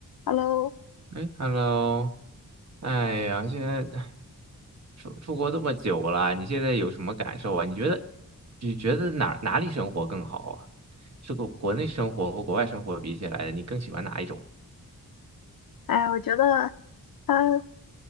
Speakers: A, on the left (about 70°); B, on the right (about 45°).
A: Hello，
B: 哎，Hello，哎呀，现在出出国这么久了，你现在有什么感受啊？你觉得你觉得哪哪里生活更好啊？是国国内生活和国外生活比起来，你更喜欢哪一种？
A: 哎，我觉得它